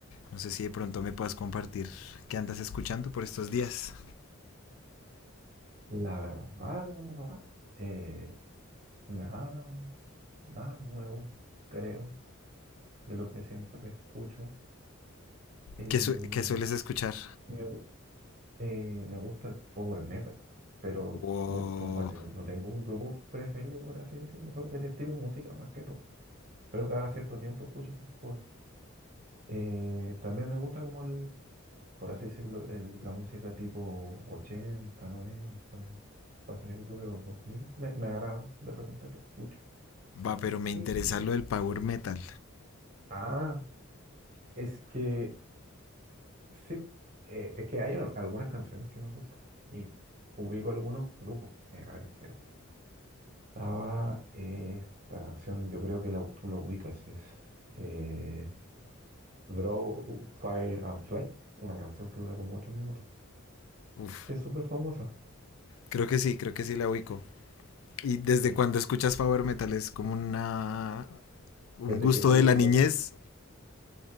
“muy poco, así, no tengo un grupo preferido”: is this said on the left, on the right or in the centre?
Right